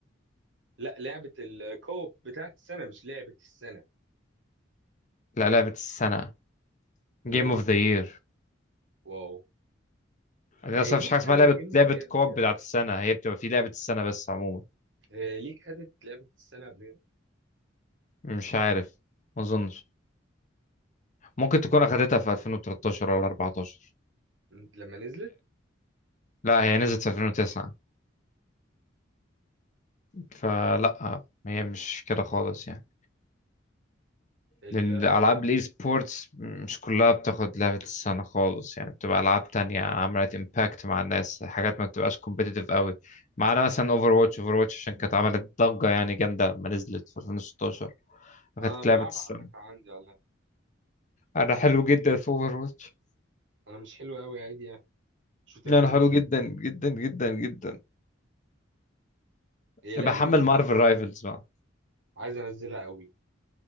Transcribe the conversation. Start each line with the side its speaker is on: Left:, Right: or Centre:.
Right: لا لعبة الكوب بتاعت السنة مش لعبة السنة
Left: لا لعبة السنة جيم
Right: واو
Left: اوف ذا يير
Right: واو
Left: أنا أصلا
Right: إيه ليك
Left: مفيش حاجة اسمها
Right: خدت
Left: لعبة
Right: جيم اوف
Left: لعبة
Right: ذا يير قبل
Left: كوب
Right: كده؟
Left: بتاعت السنة هي بتبقى في لعبة السنة بس عموما
Right: إيه ليك خدت لعبة السنة قبل كده؟
Left: مش عارف ما أظنش ممكن تكون أخدتها في 2013 ولا 14
Right: م- لما نزلت
Left: لا هي نزلت في 2009 فلا هي مش كده خالص يعني
Right: ال-
Left: لأن ألعاب الإي سبورتس مش كلها بتاخد لعبة السنة خالص يعني بتبقى ألعاب تانية عملت إمباكت مع الناس حاجات ما بتبقاش كومبيتيتيف قوي ما عدا مثلا أوفر واتش أوفر واتش عشان كانت عملت ضجة يعني جامدة لما نزلت في 2016 أخدت
Right: أنا بلعبها
Left: لعبة السنة
Right: على فكرة عندي والله
Left: أنا حلو جدا في أوفر واتش
Right: أنا مش حلو أوي عادي يعني شوتر
Left: أنا
Right: جيم
Left: حلو
Right: عادي
Left: جدا جدا جدا جدا
Right: هي
Left: بحمل
Right: لعبة مش
Left: مارفل رايفلز بقى
Right: عايز أنزلها أوي